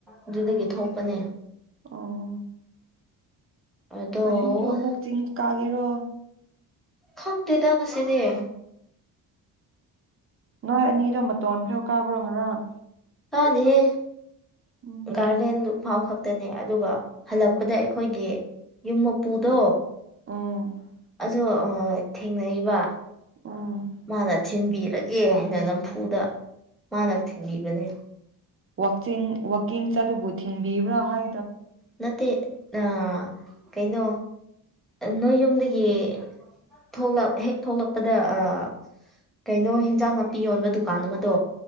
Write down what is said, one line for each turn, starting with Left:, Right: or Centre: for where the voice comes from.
Centre: ꯑꯗꯨꯗꯒꯤ ꯊꯣꯛꯄꯅꯦ
Right: ꯑꯣ
Centre: ꯑꯗꯣ
Right: ꯉꯁꯤꯁꯨ ꯑꯃꯨꯛ ꯆꯤꯡ ꯀꯥꯒꯦꯔꯣ
Centre: ꯈꯪꯇꯦꯗ ꯉꯁꯤꯗꯤ
Right: ꯅꯣꯏ ꯑꯅꯤꯗꯣ ꯃꯇꯣꯟ ꯐꯥꯎ ꯀꯥꯕ꯭ꯔꯣ ꯉꯔꯥꯡ
Centre: ꯀꯥꯗꯦꯍꯦ
Right: ꯎꯝ
Centre: ꯒꯥꯔꯗꯦꯟꯗꯨ ꯐꯥꯎ ꯈꯛꯇꯅꯦ ꯑꯗꯨꯒ ꯍꯜꯂꯛꯄꯗ ꯑꯩꯈꯣꯏꯒꯤ ꯌꯨꯝ ꯃꯄꯨꯗꯣ
Right: ꯑꯣ
Centre: ꯖꯣ ꯑ ꯊꯦꯡꯅꯩꯕ
Right: ꯎꯝ
Centre: ꯃꯥꯅ ꯊꯤꯟꯕꯤꯔꯒꯦ ꯍꯥꯏꯅ ꯅꯝꯐꯨꯗ ꯃꯥꯅ ꯊꯤꯟꯕꯤꯕꯅꯦ
Right: ꯋꯥꯛꯆꯤꯡ ꯋꯥꯛꯀꯤꯡ ꯆꯠꯂꯕꯨ ꯊꯤꯡꯕꯤꯕ꯭ꯔꯥ ꯍꯥꯏ
Centre: ꯅꯠꯇꯦ ꯑ ꯀꯩꯅꯣ ꯅꯣꯏ ꯌꯨꯝꯗ ꯒꯤ ꯊꯣꯛꯂꯞ ꯍꯦꯛ ꯊꯣꯛꯂꯛꯄꯗ ꯑꯥ ꯀꯩꯅꯣ ꯍ‌ꯦꯟꯖꯥꯡ ꯅꯥꯄꯤ ꯌꯣꯟꯕ ꯗꯨꯀꯥꯟ ꯑꯃꯗꯣ